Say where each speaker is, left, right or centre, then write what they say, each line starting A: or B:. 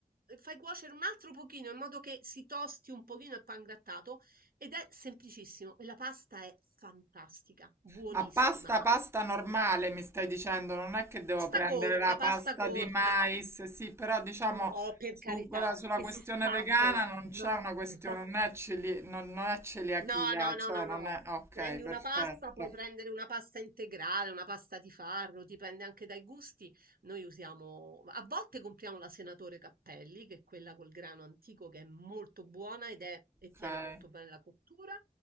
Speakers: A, on the right; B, on the right.
A: fai cuocere un altro pochino in modo che si tosti un pochino il pan grattato ed è semplicissimo e la pasta è fantastica, buonissima.
B: Ma pasta, pasta normale mi stai dicendo, non è che devo
A: Sta
B: prendere
A: corta,
B: la pasta
A: pasta corta.
B: di mais, sì, però diciamo
A: No, per
B: su
A: carità,
B: quella- sulla
A: che
B: questione
A: si spappola.
B: vegana non c'è
A: No,
B: una questione,
A: no,
B: non è, celi- non- non è celiachia,
A: No, no, no,
B: cioè
A: no,
B: non
A: no.
B: è... Ok,
A: Prendi
B: perfetto,
A: una pasta, puoi prendere una pasta integrale, una pasta di farro, dipende anche dai gusti. Noi usiamo, a volte compriamo la Senatore Cappelli, che è quella col grano antico che è molto buona ed è, e tiene
B: ok.
A: molto bene la cottura.